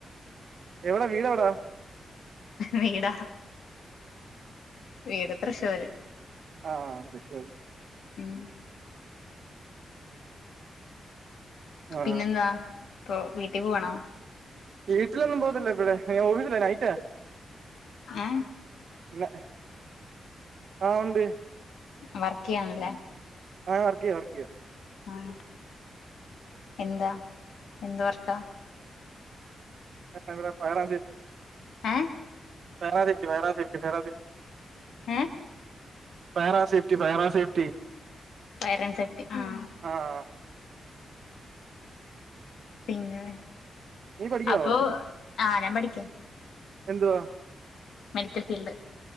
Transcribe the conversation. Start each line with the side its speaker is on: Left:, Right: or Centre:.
Right: എവിടാ വീടെവിടാ?
Left: വീടാ വീട് തൃശ്ശൂര്
Right: ആഹ് തൃശൂര്
Left: ഉം
Right: ആ
Left: പിന്നെന്താ പ്പൊ വീട്ടിപോവാണോ
Right: വീട്ടിലൊന്നും പോകത്തില്ല ടുഡേ ഞാൻ ഓഫീസില നൈറ്റാ
Left: ഏഹ്
Right: ന ആ ഉണ്ട്
Left: വർക്കെയ്യാണല്ലേ
Right: ആഹ് ഞാൻ വർക്കിയോ വർക്കിയോ
Left: ആഹ് എന്താ എന്ത് വർക്ക?
Right: ഫ ഫയറ് ആൻഡ് സേഫ്റ്റി
Left: ഏഹ്
Right: fire and safety fire and safety fire and safety
Left: ഏഹ്
Right: ഫയറാസേഫ്റ്റി ഫയറാസേഫ്റ്റി
Left: ഫയറാൻഡ് സേഫ്റ്റി ഉം
Right: ആഹ് ആഹ്
Left: പിന്നെ
Right: നീ പഠിക്കുവാന്നോ
Left: അപ്പൊ ആഹ് ഞാൻ പഠിക്ക
Right: എന്തുവാ?
Left: മെഡിക്കൽ ഫീൽഡ്,